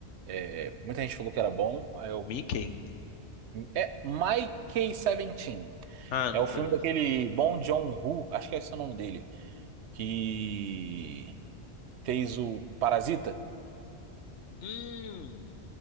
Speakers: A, on the right; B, on the left.
A: É, muita gente falou que era bom. Aí eu.
B: Mickey?
A: É Mickey 17.
B: Ah,
A: É
B: não
A: o
B: conheço.
A: filme daquele Bong Joon-ho, acho que é esse o nome dele, que fez o Parasita.
B: Hum.